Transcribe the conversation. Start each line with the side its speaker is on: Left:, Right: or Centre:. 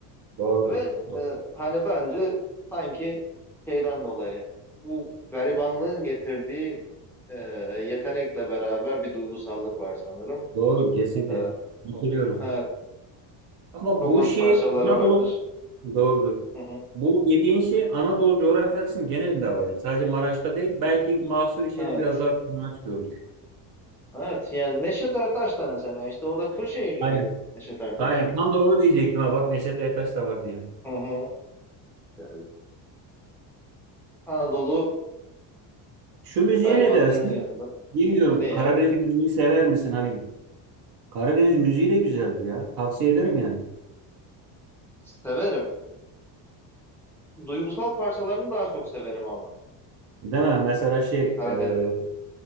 Right: Doğrudur.
Centre: Ve
Right: Do-
Centre: e, hani bence sanki şeyden dolayı bu garibanlığın getirdiği e, yetenekle beraber bir duygusallık var sanırım.
Right: Doğru, kesinlikle.
Centre: E,
Right: Katılıyorum.
Centre: evet,
Right: Ama
Centre: çok
Right: bu
Centre: hoş
Right: şey
Centre: parçaları
Right: Anadolu
Centre: vardır.
Right: doğrudur.
Centre: Hı hı.
Right: Bu dediğin şey Anadolu coğrafyasının genelinde var yani. Sadece Maraş'ta değil. Belki mahsur şerif
Centre: Evet,
Right: biraz daha Maraş gördür.
Centre: evet. Yani Neşet Ertaş da mesela işte o da Kırşehirli
Right: Aynen.
Centre: miydi Neşet Ertaş?
Right: Aynen. Tam da onu diyecektim ha. Bak Neşet Ertaş da var diye.
Centre: Hı hı. E, Anadolu
Right: Şu müziğe
Centre: garibanlığının
Right: ne dersin?
Centre: yanında.
Right: Bilmiyorum.
Centre: Neye?
Right: Karadeniz müziği sever misin? Hani Karadeniz müziği de güzeldir ya. Tavsiye ederim yani.
Centre: Severim. Duygusal parçalarını daha çok severim ama
Right: Değil mi? Mesela şey
Centre: Karadeniz'in.
Right: e,